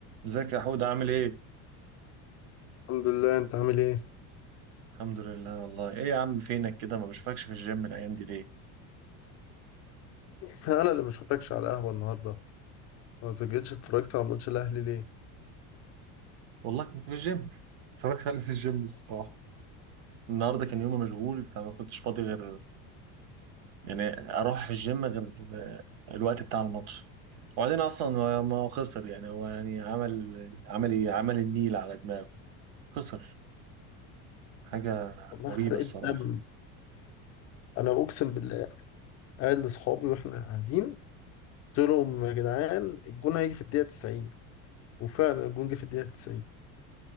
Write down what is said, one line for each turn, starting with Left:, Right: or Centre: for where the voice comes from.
Right: ازيك يا حود عامل ايه؟
Left: الحمد لله انت عامل ايه؟
Right: الحمد لله والله ايه يا عم فينك كده ما بشوفكش في الجيم الايام دي ليه؟
Left: <laughs> انا اللي ما شفتكش على قهوه النهارده ما جيتش اتفرجت على ماتش الاهلي ليه؟
Right: والله كنت في الجيم اتفرجت عليه في الجيم الصباح النهارده كان يومي مشغول فما كنتش فاضي غير يعني اروح الجيم غير الوقت بتاع الماتش وبعدين اصلا ما ما هو خسر يعني هو يعني عمل عمل ايه عمل النيل على دماغه خسر حاجة
Left: والله
Right: مريبة
Left: حرقت
Right: الصراحة
Left: دم انا اقسم بالله قايل لاصحابي واحنا قاعدين قلت لهم يا جدعان الجون هيجي في الدقيقه 90 وفعلا الجون جه في الدقيقه 90